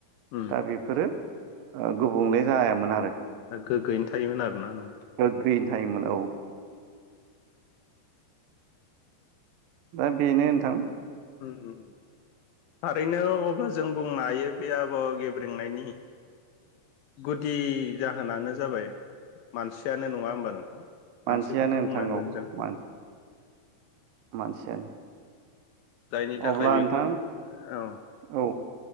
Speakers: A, on the left; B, on the right.
A: उम
B: दा बेफोरो ओ गुबुंले जायामोन आरो
A: दा गोग्गोयै थायोमोन आरो ना नों
B: गोगैयनो थायोमोन औ दा बेनो होनथां
A: उम थारैनो अब्ला जों बुंनो हायो बे आबहावा गेब्रेंनायनि गुदि जाहोनानो जाबाय मानसियानो नङा होमबा नोंथां
B: मानसियानो
A: मानसिखौनो
B: नोंथां
A: बुंनांगोन
B: औ
A: जों
B: मानसियानो
A: जायनि थाखाय
B: अब्ला
A: बेखौ
B: नोंथां
A: औ
B: औ